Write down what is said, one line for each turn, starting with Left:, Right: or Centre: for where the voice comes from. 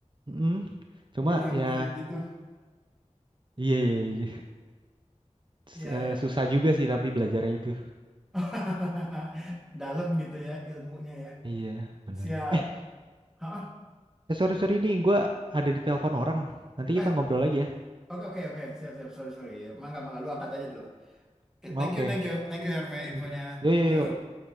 Right: Mm-mm. Cuma
Centre: bidang
Right: ya,
Centre: kayak gitu.
Right: iya, iya, iya. S-
Centre: Iya
Right: eh,
Centre: ya.
Right: susah juga sih tapi belajarnya itu.
Centre: <laughs> Dalam gitu ya ilmunya ya.
Right: Iya, bener.
Centre: Siap.
Right: Eh,
Centre: Hah?
Right: eh, sorry sorry ini gue ada di telepon orang. Nanti
Centre: Eh,
Right: kita ngobrol lagi ya.
Centre: Oke oke oke. Siap siap. Sorry sorry. Mangga mangga lu angkat aja dulu. Oke,
Right: Oke.
Centre: thank you thank you thank you Herve infonya.
Right: Thank you. Yo
Centre: Thank
Right: yo
Centre: you.
Right: yo.